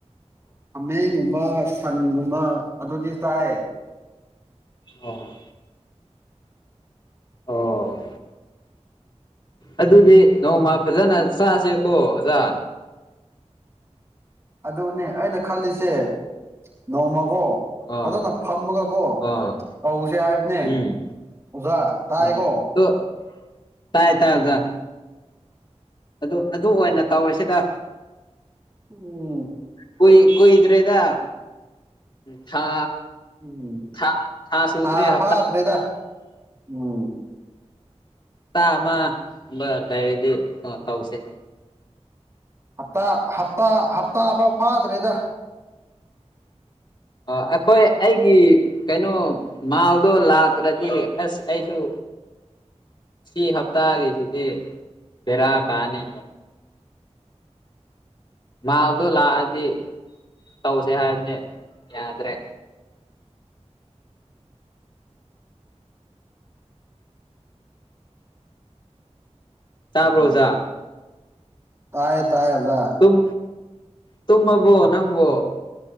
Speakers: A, on the right (about 25°); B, on the left (about 40°).
A: ꯑꯃꯦꯡꯒꯨꯝꯕ ꯁꯟꯒꯨꯝꯕ ꯑꯗꯨꯗꯤ ꯆꯥꯏꯌꯦ
B: ꯑꯣ ꯑꯣ ꯑꯗꯨꯗꯤ ꯅꯣꯡꯃ ꯐꯖꯅ ꯆꯥꯁꯦꯀꯣ ꯑꯣꯖꯥ
A: ꯑꯗꯨꯅꯦ ꯑꯩꯅ ꯈꯜꯂꯤꯁꯦ ꯅꯣꯡꯃꯒꯣ
B: ꯑꯥ
A: ꯐꯖꯅ ꯐꯝꯃꯒꯒꯣ
B: ꯑꯥ
A: ꯇꯧꯁꯦ ꯍꯥꯏꯕꯅꯦ
B: ꯎꯝ
A: ꯎꯖꯥ ꯇꯥꯏꯀꯣ
B: ꯎꯝ ꯑꯗꯣ ꯇꯥꯏ ꯇꯥꯏ <unintelligible> ꯖꯥ ꯑꯗꯨ ꯑꯗꯨ ꯑꯣꯏꯅ ꯇꯧꯔꯤꯁꯦꯗ
A: ꯎꯝ
B: ꯀꯨꯏ ꯀꯨꯏ ꯗ꯭ꯔꯦꯗ ꯊꯥ
A: ꯎꯝ
B: ꯊꯥ ꯊꯥ ꯁꯨꯗ꯭ꯔꯤ
A: ꯐꯥ
B: ꯍꯞꯇꯥ
A: ꯐꯥꯗ꯭ꯔꯤꯗ ꯎꯝ
B: ꯇꯥ ꯑꯃꯒꯨꯝꯕ ꯂꯩꯔꯗꯤ ꯑ ꯇꯧꯁꯦ
A: ꯍꯞꯇꯥ ꯍꯞꯇꯥ ꯍꯞꯇꯥꯐꯥꯎ ꯐꯥꯗ꯭ꯔꯦꯗ
B: ꯑ ꯑꯈꯣꯏ ꯑꯩꯒꯤ ꯀꯩꯅꯣ ꯃꯥꯜꯗꯣ ꯂꯥꯛꯇꯕꯗꯤ ꯑꯁ ꯑꯩꯁꯨ ꯁꯤ ꯍꯞꯇꯥꯒꯤꯁꯤꯗꯤ ꯕꯦꯔꯥ ꯀꯥꯅꯤ ꯃꯥꯜꯗꯣ ꯂꯥꯑꯗꯤ ꯇꯧꯁꯦ ꯍꯥꯏꯕꯅꯦ ꯌꯥꯗ꯭ꯔꯦ ꯇꯥꯕꯥꯔꯣ
A: ꯑꯣ
B: ꯑꯣꯖꯥ
A: ꯇꯥꯏꯌꯦ ꯇꯥꯏꯌꯦ ꯑꯣꯖꯥ
B: ꯇꯨꯝ ꯇꯨꯃꯥꯕꯣ ꯅꯪꯕꯨ